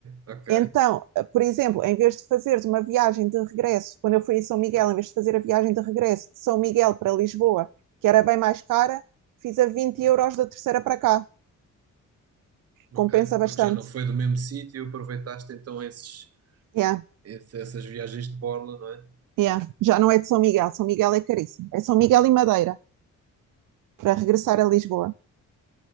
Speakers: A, on the right; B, on the right.
A: ok,
B: Então, por exemplo, em vez de fazeres uma viagem de regresso, quando eu fui a São Miguel, em vez de fazer a viagem de regresso de São Miguel para Lisboa, que era bem mais cara, fiz a 20 euros da terceira para cá.
A: ok.
B: Compensa bastante.
A: Porque já não foi do mesmo sítio, aproveitaste então esses,
B: Yeah,
A: esse- essas viagens de borla, não
B: yeah. Já não é de São Miguel, São Miguel é caríssimo. É São Miguel e Madeira, para regressar
A: é?
B: a Lisboa.